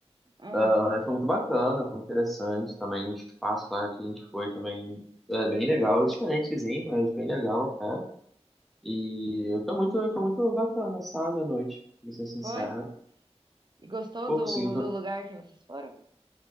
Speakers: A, on the right; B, in the centre.
A: Hum,
B: Ah, foi muito bacana, foi interessante também, o espaço lá que a gente foi também é bem legal, diferentezinho, mas bem legal até. E foi muito, foi muito bacana, sabe, a noite, pra ser sincero.
A: foi? E gostou
B: Pô,
A: do,
B: conseguiu.
A: do lugar que vocês foram?